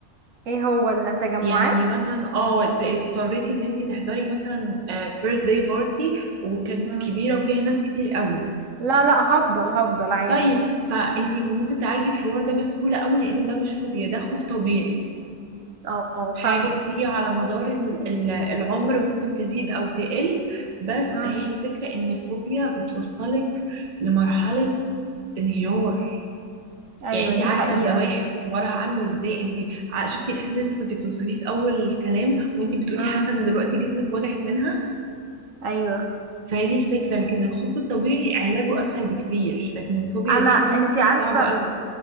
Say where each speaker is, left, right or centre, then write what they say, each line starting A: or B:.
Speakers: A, on the right (about 65°); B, on the right (about 35°).
A: ايه هو ولا تجمعات
B: يعني مثلا اه ات- اضطريتي ان انتي تحضري مثلا بيرث داي بارتي وكانت
A: مم.
B: كبيره وفيها ناس كتير قوي
A: لا لا هفضل هفضل عادي
B: طيب فانتي ممكن تعالجي الحوار ده بسهوله قوي لان ده مش فوبيا ده خوف طبيعي
A: اه آه،
B: حاجة
A: فاهمة
B: بتيجي على مدار ال- ال- العمر ممكن تزيد أو تقل بس
A: مم.
B: هي الفكرة إن الفوبيا بتوصلك لمرحلة انهيار
A: ايوه
B: يعني انت
A: دي
B: عارفة
A: حقيقة
B: الزواحف وراها عامل ازاي انت ع- شفتي الإحساس اللي انت كنت بتوصفيه في أول الكلام وانت بتقولي
A: مم.
B: حاسة إن دلوقتي جسمك وجعك منها
A: ايوه
B: فهي دي الفكرة لكن الخوف الطبيعي علاجه أسهل بكتير لكن الفوبيا
A: انا
B: دي
A: انتي
B: قصص
A: عارفة
B: صعبة أوي